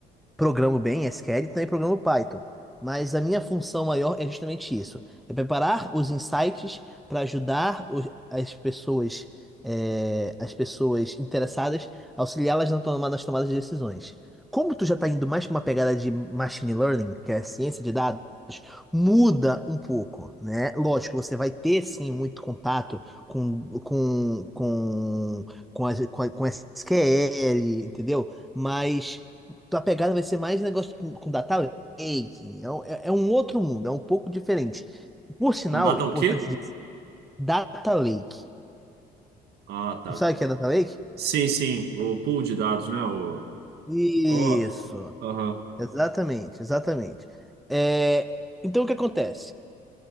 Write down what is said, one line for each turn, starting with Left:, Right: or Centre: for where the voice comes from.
Centre: programo bem SQL e também programo Python. Mas a minha função maior é justamente isso: é preparar os insights para ajudar os- as pessoas, é, as pessoas interessadas, auxiliá-las na toma- nas tomadas de decisões. Como tu já está indo mais para uma pegada de machine learning, que é ciência de dados, muda um pouco, né? Lógico, você vai ter sim muito contato com com com com, as- com, a- com SQL, entendeu? Mas tua pegada vai ser mais negócio com, com data lake. É, um- é- é um outro mundo, é um pouco diferente. Por sinal,
Right: Com data
Centre: é importante
Right: o quê?
Centre: dizer, data lake.
Right: Ah, tá.
Centre: Tu sabe o que é data lake?
Right: Sim, sim, o pool de dados, né? O,
Centre: Isso,
Right: o, aham,
Centre: exatamente, exatamente. É, então o que acontece?